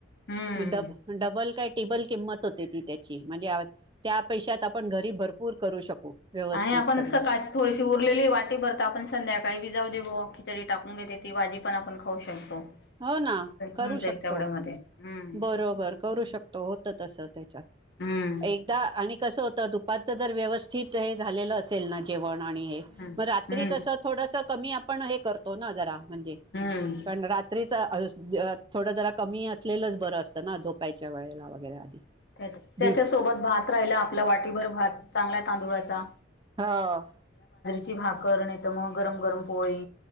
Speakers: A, on the left; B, on the right.
A: हम्म
B: मी डब डबल काय टीबल किंमत होते ती त्याची म्हणजे आव त्या पैशात आपण घरी भरपूर करू शकू. व्यवस्थित
A: आळी आपण
B: सगळं
A: सकाळची थोडीशी उरलेली हे वाटीभर त आपण संध्याकाळी भी जाऊ दे बॉ चडी टाकून घेते ती भाजी पण खाऊ शकतो.
B: हो ना
A: होऊन
B: करू
A: जाईल
B: शकतो.
A: तेवढ्यामध्ये हम्म
B: बरोबर करू शकतो होतं तस त्याच्यात
A: हम्म
B: एकदा आणि कस होतं दुप पारच जर व्यवस्थित हे झालेलं असेल ना जेवण आणि हे
A: हम्म
B: म रात्री
A: हम्म
B: कसं थोडंसं कमी आपण अ हे करतो ना जरा म्हणजे
A: हम्म
B: कण रात त अस ज अ थोडं जरा कमी असलेलंच बरं असतं ना झोपायच्या वेळेला वगैरे आधी.
A: त्याच्या त्याच्यासोबत
B: दिव
A: भात राहिला आपला वाटीभर भात चांगला तांदुळाचा.
B: हो ओ ओ.
A: जी भाकर नई त म गरम गरम पोळी.